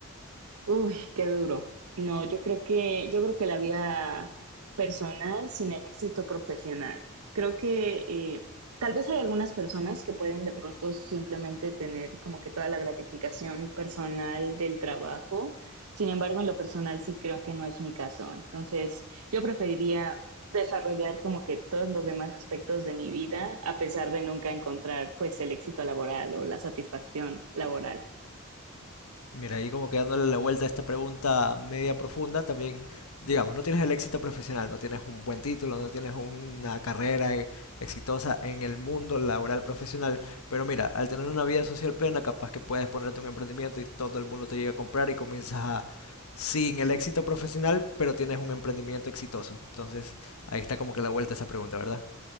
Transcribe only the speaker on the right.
Uy, qué duro. No, yo creo que, yo creo que la vida personal sin el éxito profesional. Creo que eh, tal vez hay algunas personas que pueden de pronto simplemente tener como que toda la gratificación personal del trabajo. Sin embargo, en lo personal sí creo que no es mi caso. Entonces, yo preferiría desarrollar como que todos los demás aspectos de mi vida a pesar de nunca encontrar pues el éxito laboral o la satisfacción laboral.